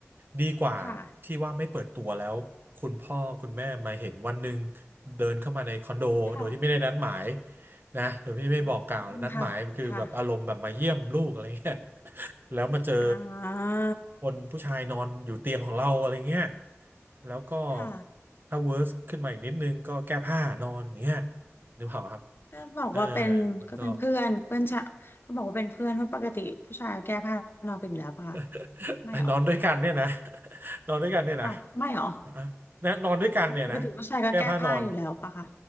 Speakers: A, on the right (about 45°); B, on the left (about 45°).
A: ดีกว่าที่ว่าไม่เปิดตัวแล้วคุณพ่อคุณแม่มาเห็นวันหนึ่ง
B: ค่ะ
A: เดินเข้ามาในคอนโดโดยที่ไม่ได้นัดหมาย
B: ค่ะ
A: นะโดยที่ไม่บอกกล่าวนัดหมายคือแบบอารมณ์แบบมาเยี่ยมลูกอะไรเงี้ย
B: อืมค่ะค่ะ
A: แล้วมาเจอ
B: อ่า
A: คนผู้ชายนอนอยู่เตียงของเราอะไรเงี้ย แล้วก็
B: ค่ะ
A: ถ้าเวิร์สขึ้นมาอีกนิดนึงก็แก้ผ้านอนอย่างเงี้ยนึกเปล่าครับ
B: ก็บอกว่าเป็นก็เป็นเพื่อนเพื่อนชะก็บอกว่าเป็นเพื่อนเพราะปกติผู้ชายก็แก้ผ้านอนกันอยู่แล้วปะคะ
A: เออมันก็ <laughs>
B: ไม่หรอ
A: นอนด้วยกันเนี่ยนะ <laughs> นอนด้วยกันเนี่ยนะ
B: อ้าวไม่หรอ
A: อ่ะนะนอนด้วยกันเนี่ยนะ
B: ปกติผู้ชายก็แก้ผ้าอยู่แล้วปะคะ
A: แก้ผ้านอน